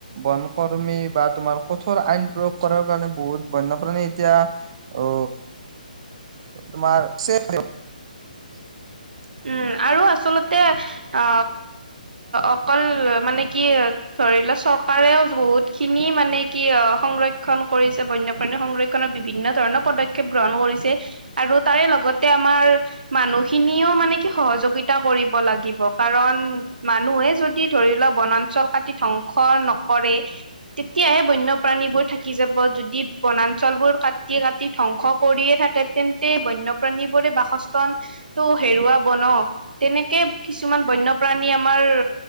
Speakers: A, on the right; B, on the right.
A: বন কৰ্মী বা তোমাৰ কঠোৰ আইন প্ৰয়োগ কৰাৰ কাৰণে বহুত বন্যপ্ৰাণী এতিয়া অ তোমাৰ <unintelligible> <inaudible>
B: উম' আৰু আচলতে অ অকল মানে কি ধৰি ল, চৰকাৰেও বহুত খিনি মানে কি অ সংৰক্ষন কৰিছে বন্যপ্ৰাণী সংৰ বিভিন্ন ধৰণৰ পদক্ষেপ গ্ৰহণ কৰিছে। আৰু তাই লগতে আমাৰ মানুহখিনিও মানে সহযোগিতা কৰিব লাগিব, কাৰণ মানুহে যদি ধৰি লোৱা বনাঞ্চল কাটি ধ্ব হৰণ নকৰে। তেতিয়াহে বন্যপ্ৰাণীবোৰ থাকি যাব, যদি বনাঞ্চলবোৰ কাটি, কাটি ধ্বংস কৰিয়ে থাকে, তেন্তে বন্যপ্ৰাণীবোৰে বাসস্থান টো হেৰুৱা ব ন', তেনেকে কিছুমান বন্য প্ৰাণী তোমাৰ